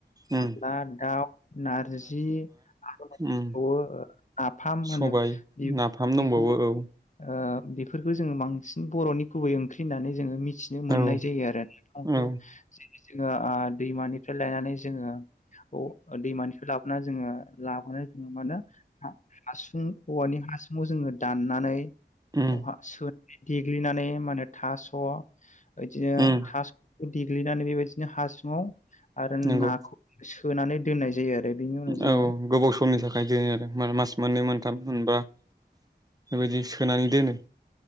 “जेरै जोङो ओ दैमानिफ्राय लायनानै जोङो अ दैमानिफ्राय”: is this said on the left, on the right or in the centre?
Left